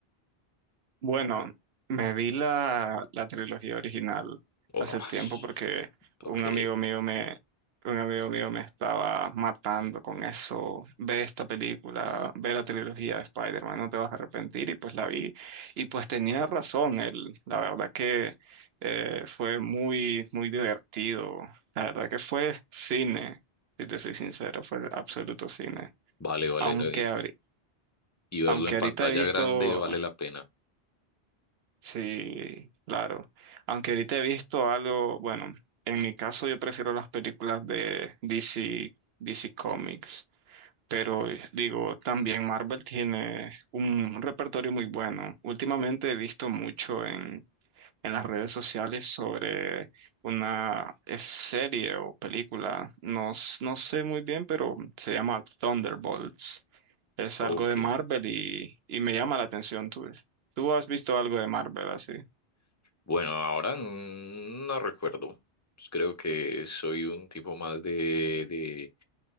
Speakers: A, on the right (about 70°); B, on the left (about 20°).
A: Bueno, me vi la, la trilogía original
B: Oh,
A: hace tiempo
B: sh-
A: porque un
B: ok,
A: amigo mío me, un amigo mío me estaba matando con eso. Ve esta película, ve la trilogía de Spider-Man, no te vas a arrepentir. Y pues la vi y pues tenía razón. Él, la verdad que eh, fue muy, muy divertido. La verdad que fue cine, si te soy sincero, fue absoluto cine.
B: vale, vale,
A: Aunque,
B: no, Y,
A: ahori-
B: y verlo
A: aunque
B: en
A: ahorita
B: pantalla
A: he visto
B: grande vale la pena.
A: Sí, claro. Aunque ahorita he visto algo, bueno, en mi caso yo prefiero las películas de DC, DC Comics, pero eh, digo, también Marvel tiene un repertorio muy bueno. Últimamente he visto mucho en, en las redes sociales sobre una eh, serie o película, no, s- no sé muy bien, pero se llama Thunderbolts. Es
B: Ok.
A: algo de Marvel y, y me llama la atención. ¿Tú, tú has visto algo de Marvel así?
B: Bueno, ahora mm, no recuerdo. Pues creo que soy un tipo más de, de,